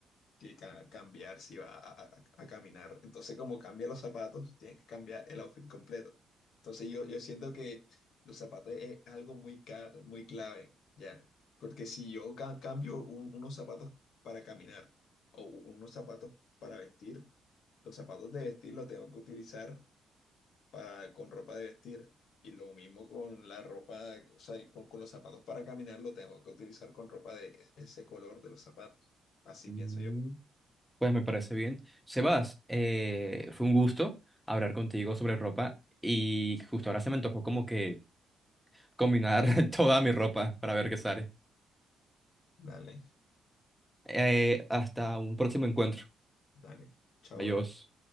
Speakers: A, on the left; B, in the centre.
A: que ca- cambiar si va a, a- a caminar. Entonces, como cambia los zapatos, tiene que cambiar el outfit completo. Entonces, yo, yo siento que los zapatos es algo muy, ca- muy clave, ¿ya? Porque si yo ca- cambio un- unos zapatos para caminar o u- unos zapatos para vestir, los zapatos de vestir los tengo que utilizar para, con ropa de vestir. Y lo mismo con la ropa, o sea, y con, con los zapatos para caminar, lo tengo que utilizar con ropa de e- ese color de los zapatos. Así
B: Mm.
A: pienso yo.
B: Pues me parece bien. Sebas, eh, fue un gusto hablar contigo sobre ropa y justo ahora se me antojó como que combinar <laughs> toda mi ropa para ver qué sale.
A: Dale,
B: Eh, hasta un próximo encuentro.
A: dale. Chao,
B: Adiós.
A: bro.